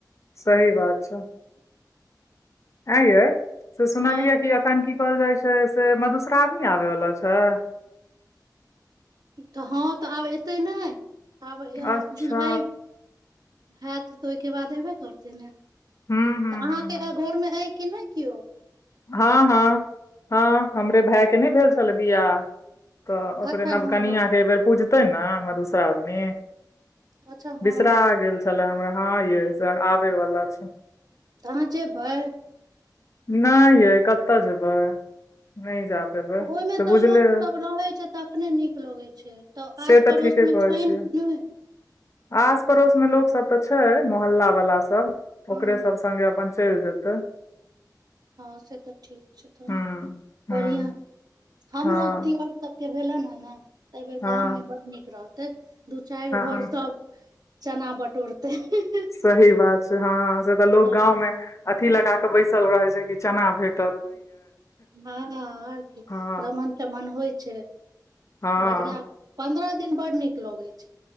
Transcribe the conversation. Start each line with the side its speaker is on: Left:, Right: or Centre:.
Left: सही बात छै ऐँ यै से सुनलियै
Right: हँ
Left: कि एखन की कहल जाय छै से मधुश्रावणी आबै वाला छै
Right: तऽ हँ तऽ आब एतै नहि आब आ
Left: अच्छा
Right: जुलाई हेत तऽ ओहिके बाद एयबे करतै ने
Left: हूँ हूँ
Right: तऽ
Left: हूँ
Right: अहाँ
Left: हूँ
Right: के घर मे ऐ कि नै कियो
Left: हँ हँ हँ हमरे भाय के नहि भेल छलै बियाह तऽ ओकरे
Right: अच्छा
Left: नवकनियाँ
Right: हँ
Left: के एहि बेेर पूजतै न मधुश्रावनी
Right: अच्छा हँ
Left: बिशरा गेल छले हमरा हँ यै सेर आबै बला छै
Right: तऽ आहाँ जेबै
Left: नहि यै कतऽ जेबै नहि जा पेबै
Right: ओहिमे
Left: से
Right: तऽ
Left: बुझले
Right: लोक
Left: यै
Right: सब रहै छै तखने नीक लगै छै तऽ
Left: से
Right: आस पड़ोस
Left: ठीके
Right: मे
Left: कहै
Right: छैन
Left: छियै
Right: कि नहि
Left: आस पड़ोस मे लोक सब तऽ छै मोहल्ला वाला सब
Right: हँ
Left: ओकरे सब संगे अपन चलि जेतै
Right: हँ से तऽ ठीक छै तहन
Left: हूँ हूँ
Right: बढ़ियाँ हमरो
Left: हँ
Right: दियोर सबके भेलन हें ने तऽ एहिबेर
Left: हँ
Right: गाम मे बड्ड नीक रहतै दू चारि
Left: हँ
Right: घर सब चना बटोरतै <unintelligible>
Left: सही बात छै हँ से तऽ लोग
Right: हँ
Left: गाँंव मे अथी लगा के बैसल रहे छै की चना भेट
Right: हँ हँ आर की
Left: हँ
Right: रमन चमन होइ छै
Left: हँ
Right: बढ़ियाँ पन्द्रह दिन बड्ड नीक लगै छै